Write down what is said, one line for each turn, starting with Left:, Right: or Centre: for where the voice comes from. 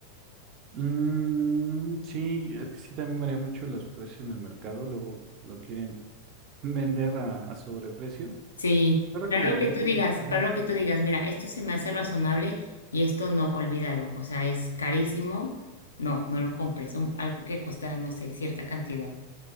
Right: Mm, sí, es que sí también varía mucho los precios en el mercado, luego lo quieren <laughs> vender a, a sobreprecio.
Left: Sí,
Right: Yo recomendaría
Left: para lo que tú
Right: que,
Left: digas,
Right: ujú.
Left: para lo que tú digas, mira, esto se me hace razonable y esto no, olvídalo. O sea, es carísimo. No, no lo compres. Un- algo que costara no sé, cierta cantidad.